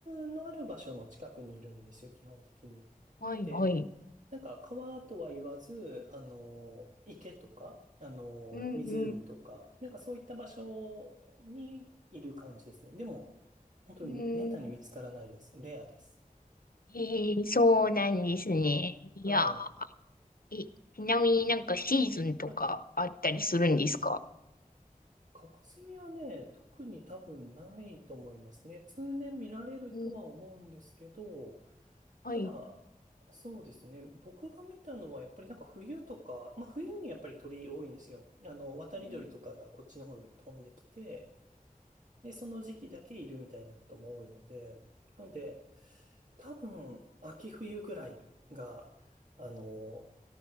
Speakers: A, on the right (about 60°); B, on the left (about 85°).
A: のある場所の近くにいるんですよ、基本的に。
B: はい。
A: なので、
B: はい。
A: なんか川とは言わず、あの、池とか、あの、
B: うん。
A: 湖とか、
B: うん。
A: なんかそういった場所にいる感じですね。でも、本当に滅多に見つからないです。
B: うん。
A: レアです。
B: ええそうなんですね。いや
A: はい。
B: ー、え、ちなみになんかシーズンとかあったりするんですか
A: はい。ええカワセミはね、特に多分ないと思いますね。通年見られるとは思うんですけど、
B: うんはい。
A: ただ、そうですね。僕が見たのはやっぱりなんか冬とか、まあ冬にやっぱり鳥多いんですよ。あの、渡り鳥とかがこっちの方に飛んできて、
B: うん
A: で、その時期だけいるみたいなことも多いので、なので、多分秋冬ぐらいが、あの、